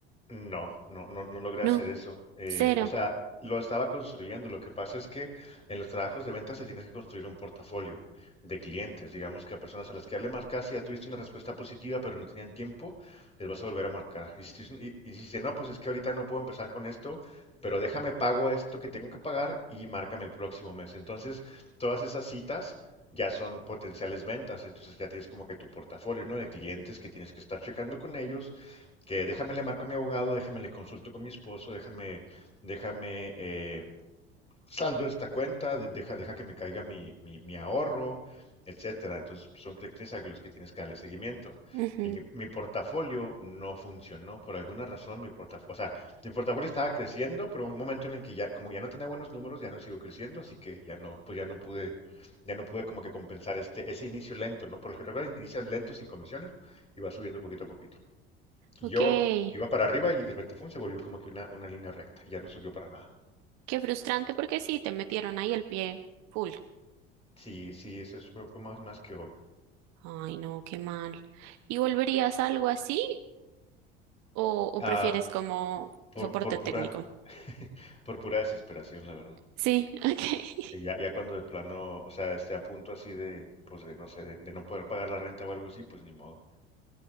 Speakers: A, on the left (about 20°); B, on the right (about 60°).
A: No, no, no, no logré
B: No,
A: hacer eso. Eh,
B: cero.
A: o sea, lo estaba construyendo. Lo que pasa es que en los trabajos de ventas se tienes que construir un portafolio de clientes. Digamos que a personas a las que ya le marcas y ya tuviste una respuesta positiva, pero no tenían tiempo, les vas a volver a marcar. Y si, tú- y- y dices, no, pues es que ahorita no puedo empezar con esto, pero déjame pago esto que tengo que pagar y márcame el próximo mes. Entonces, todas esas citas ya son potenciales ventas. Entonces, ya tienes como que tu portafolio, ¿no? De clientes que tienes que estar checando con ellos que déjame le marco a mi abogado, déjame le consulto con mi esposo, déjame, déjame eh, saldo esta cuenta, de- deja, deja que me caiga mi, mi- mi ahorro, etcétera. Entonces son clientes a los que tienes que darle seguimiento.
B: Ujú.
A: Y mi, mi portafolio no funcionó. Por alguna razón, mi portafolio, o sea, mi portafolio estaba creciendo, pero un momento en el que ya, como ya no tenía buenos números, ya no siguió creciendo, así que ya no, pues ya no pude, ya no pude como que compensar este, ese inicio lento, ¿no? Por lo general, inicias lento sin comisiones y va subiendo poquito a poquito. Y
B: Ok.
A: yo
B: Qué
A: iba para arriba y de repente fue, se volvió como que una, una línea recta, ya no subió para nada.
B: frustrante porque sí, te metieron ahí el pie full.
A: Sí, sí, eso es- fue, fue más, más que obvio.
B: Ay, no, qué mal. ¿Y volverías a algo así o, o
A: Ah,
B: prefieres como
A: por,
B: soporte
A: por pura,
B: técnico?
A: <laughs> por pura desesperación, la verdad.
B: Sí, <laughs> ok.
A: Sí, ya, ya cuando de plano, o sea, esté a punto así de, pues de, no sé, de, de no poder pagar la renta o algo así, pues ni modo.